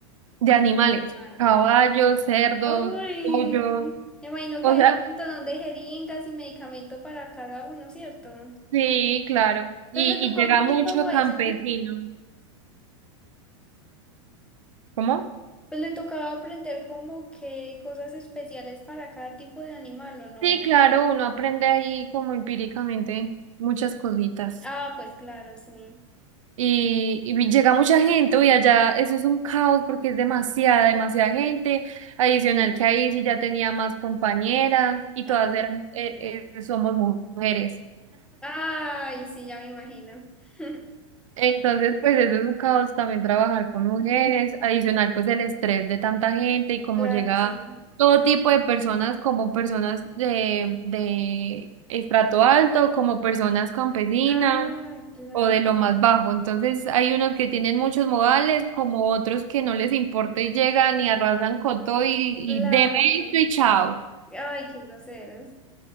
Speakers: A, on the right (about 75°); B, in the centre.
A: de animales,
B: y animales.
A: caballos, cerdos,
B: Uy,
A: pollos.
B: me imagino
A: O
B: que hay
A: sea,
B: un montón de jeringas y medicamento para cada uno, ¿cierto?
A: sí, claro. Y,
B: Entonces le tocó
A: y llega
B: aprender
A: mucho
B: todo
A: campesino.
B: eso.
A: ¿Cómo?
B: Pues le tocaba aprender como que cosas especiales para cada tipo de animal, ¿o no?
A: Sí, claro, uno aprende ahí como empíricamente muchas cositas.
B: Ah, pues claro, sí.
A: Y, y llega mucha gente, uy, allá eso es un caos porque es demasiada, demasiada gente. Adicional que ahí sí ya tenía más compañeras y
B: Ay,
A: todas eran, eh, eh, somos mujeres.
B: ay, sí, ya me imagino. <laughs>
A: Entonces, pues eso es un caos también trabajar con mujeres. Adicional, pues el estrés de tanta gente y cómo
B: Claro,
A: llega
B: sí.
A: todo tipo de personas, como personas de, de estrato alto, como personas campesinas.
B: Ah, claro.
A: o de lo más bajo. Entonces hay unos que tienen muchos modales, como otros que no les importa y llegan y arrasan con todo y, y
B: Claro.
A: deme esto y chao.
B: Ay, qué groseros.